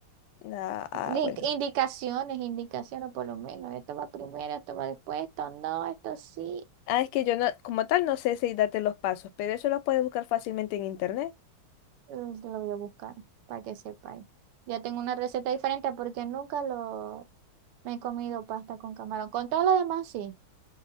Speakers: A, on the left (about 85°); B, on the right (about 85°).
A: Ah, ah,
B: Di-
A: bueno.
B: Indicaciones, indicaciones por lo menos. Esto va primero, esto va después, esto no, esto sí.
A: Ah, es que yo no, como tal no sé si date los pasos, pero eso lo puedes buscar fácilmente en internet.
B: Mm, Lo voy a buscar para que sepáis. Ya tengo una receta diferente porque nunca lo me he comido pasta con camarón. Con todo lo demás sí.